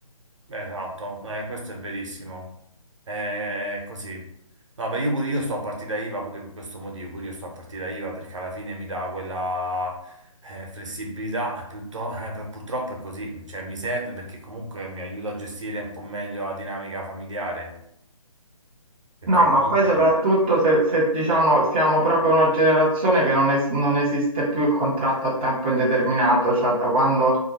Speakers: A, on the right; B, on the right.
A: Eh, Esatto, eh, questo è verissimo. È così. No, beh, io, pure, io sto a partita IVA pure per questo motivo, pure io sto a partita IVA perché alla fine mi dà quella eh, flessibilità, piutto- eh, per- purtroppo è così, cioè mi serve perché comunque mi aiuta a gestire un po' meglio la dinamica familiare, perché
B: No, ma
A: comunque
B: poi soprattutto se, se, diciamo siamo proprio una generazione che non, es- non esiste più il contratto a tempo indeterminato, cioè da quando